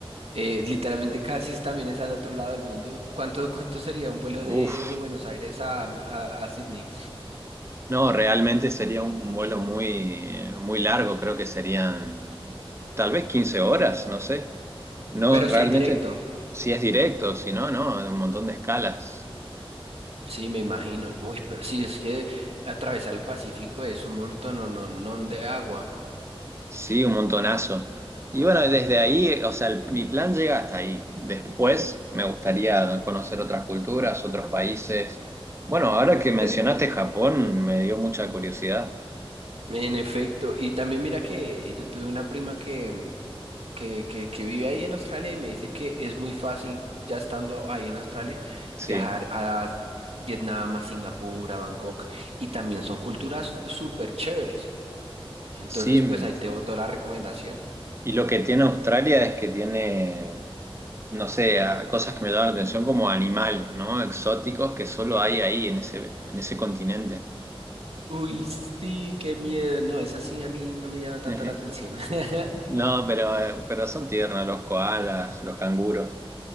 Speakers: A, on the right; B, on the right.
A: Eh, literalmente casi es- también es al otro lado del mundo. ¿Cuánto, cuánto sería un vuelo de,
B: Uf,
A: de Buenos Aires a, a, a Sydney?
B: no, realmente sería un, un vuelo muy, muy largo, creo que serían tal vez 15 horas, no sé. No,
A: Pero
B: realmente,
A: si hay directo.
B: si es directo, si no, no, un montón de escalas.
A: Sí, me imagino. Uy, pero sí, es que atravesar el Pacífico es un montón, no, no, no de agua.
B: Sí, un montonazo. Y bueno, desde ahí, eh, o sea, el- mi plan llega hasta ahí. Después me gustaría conocer otras culturas, otros países. Bueno, ahora que mencionaste
A: Pues,
B: Japón, me dio mucha curiosidad.
A: En efecto, y también mira que eh, yo tuve una prima que, que, que, que vive ahí en Australia y me dice que es muy fácil, ya estando ahí en Australia,
B: Sí,
A: viajar a Vietnam, a Singapur, a Bangkok, y también son culturas súper chéveres. Entonces,
B: sí.
A: pues ahí te boto la recomendación.
B: Y lo que tiene Australia es que tiene, no sé, a- cosas que me llaman la atención como animales, ¿no? Exóticos que solo hay ahí en ese, en ese continente.
A: Uy, sí, qué miedo. No, esa sí a mí no me llama tanto
B: <laughs>
A: la atención. <laughs>
B: No, pero, eh, pero son tiernos los koalas, los canguros.